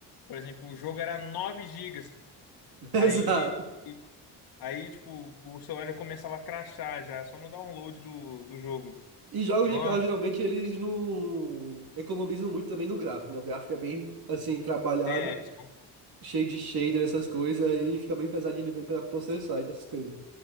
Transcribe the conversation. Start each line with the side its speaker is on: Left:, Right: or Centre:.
Left: por exemplo, o jogo era 9 gigas.
Right: <laughs> Exato.
Left: Aí. Aí, tipo, o celular já começava a crashar já, só no download do, do jogo.
Right: E jogos
Left: Nossa,
Right: de carro geralmente eles não economizam muito também no gráfico, né? O gráfico é bem assim trabalhado.
Left: é, sim.
Right: cheio de shader, essas coisas, aí fica bem pesadinho depois pra processar e essas coisas.